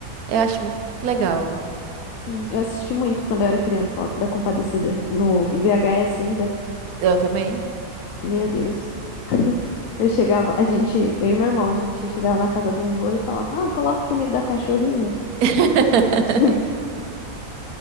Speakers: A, on the right (about 85°); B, on the left (about 70°).
A: eu acho muito legal.
B: Sim, eu assisti muito quando eu era criança, O Auto da Compadecida, no VHS ainda.
A: Eu também.
B: Meu Deus. Eu chegava, a gente, eu e meu irmão, a gente chegava na casa do vô e falava: Ah, coloca o filme da cachorrinha.
A: <laughs>
B: <laughs>